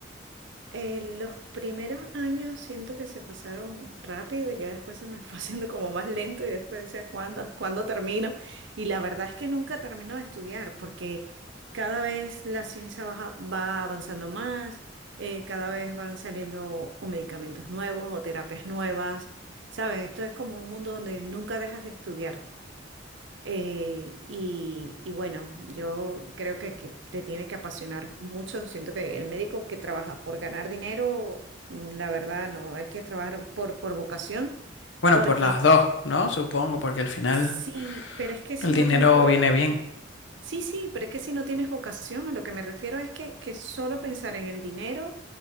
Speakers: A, on the right (about 70°); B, on the left (about 75°).
A: Eh, los primeros años siento que se pasaron rápido, ya después se me fue <laughs> haciendo como más lento y después decía, ¿cuándo, cuándo termino? Y la verdad es que nunca termino de estudiar porque cada vez la ciencia baja- va avanzando más, eh, cada vez van saliendo o medicamentos nuevos o terapias nuevas, ¿sabes? Esto es como un mundo donde nunca dejas de estudiar. Eh, y, y bueno, yo creo que, que te tiene que apasionar mucho. Siento que el médico que trabaja por ganar dinero, mm, la verdad, no, hay que trabajar por, por vocación,
B: Bueno,
A: porque
B: por las dos, ¿no? Supongo, porque al final
A: sí, pero es que si
B: el
A: no
B: dinero
A: tienes vocación,
B: viene bien.
A: Sí, sí, pero es que si no tienes vocación, a lo que me refiero es que, que solo pensar en el dinero,